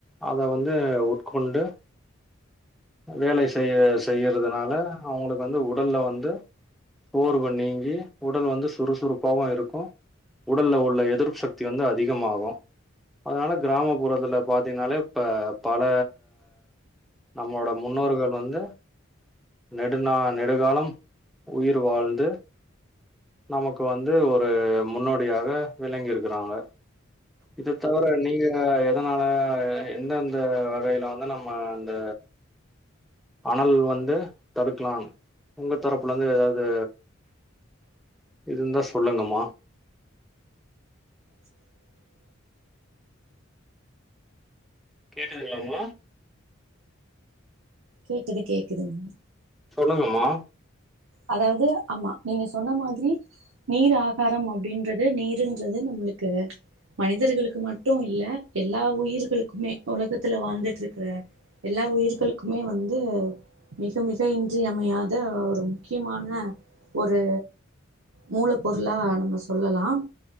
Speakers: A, in the centre; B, on the right.
A: அதை வந்து உட்கொண்டு வேலை செய்ய செய்யுறதுனால அவங்களுக்கு வந்து உடல்ல வந்து சோர்வு நீங்கி உடல் வந்து சுறுசுறுப்பாகவும் இருக்கும் உடலில் உள்ள எதிர்ப்பு சக்தி வந்து அதிகமாகும் அதனால கிராமப்புறத்தில் பார்த்தீங்கனாலே இப்போ பல நம்மோட முன்னோர்கள் வந்து நெடுநா நெடுகாலம் உயிர் வாழ்ந்து நமக்கு வந்து ஒரு முன்னோ டியாக விளங்கியிருக்குறாங்க இத தவிர நீங்க எதனால எந்தெந்த வகையில வந்து நம்ம இந்த அனல் வந்து தடுக்கலாம்னு உங்க தரப்புல இருந்து ஏதாவது இருந்தா சொல்லுங்கமா
B: உம்
A: கேட்குதுங்கலாமா
B: கேக்குது கேக்குதுங்
A: சொல்லுங்கமா
B: அதாவது ஆமா நீங்க சொன்ன மாதிரி நீர் ஆகாரம் அப்டின்றது நீருன்றது நம்மளுக்கு மனிதர்களுக்கு மட்டும் இல்ல எல்லா உயிர்களுக்குமே உலகத்துல வாழ்ந்துட்டு இருக்கிற எல்லா உயிர்களுக்குமே வந்து மிக மிக இன்றியமையாத ஒரு முக்கியமான ஒரு மூல பொரூளா நம்ம சொல்லலாம்